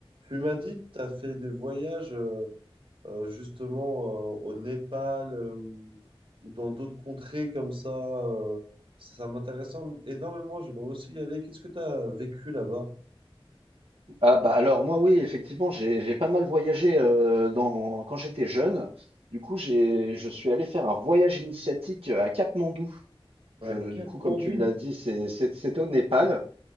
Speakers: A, on the right (about 65°); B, on the right (about 80°).
A: Tu m'as dit que tu as fait des voyages euh, euh, justement euh, au Népal euh, ou, ou dans d'autres contrées comme ça. euh, ça ça m'intéresse énormément, j'aimerais aussi y aller. Qu'est-ce que tu as vécu là-bas?
B: Ah bah alors moi oui, effectivement, j'ai j'ai pas mal voyagé euh, dans quand j'étais jeune. Du coup, j'ai je suis allé faire un voyage initiatique euh, à Katmandou.
A: À
B: Je,
A: Katmandou.
B: du coup, comme tu l'as dit, c'est c'est c'est au Népal.